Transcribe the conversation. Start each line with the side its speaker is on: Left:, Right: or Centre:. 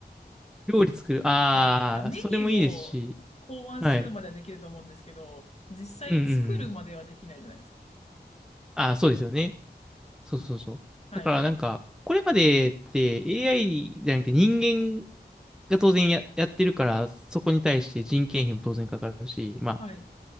Centre: 料理作る。ああ、
Left: あ、だからメニューを考案するまではできると思うんですけど、
Centre: それもいいですし。はい。
Left: 実際に作るまではできないじゃないですか。
Centre: うんうんうん。ああ、そうですよね。そうそうそう。
Left: はい。
Centre: だからなんか、これまでって AI じゃなくて人間が当然や、やってるから、そこに対して人件費も当然かかるし、まあ、
Left: はい。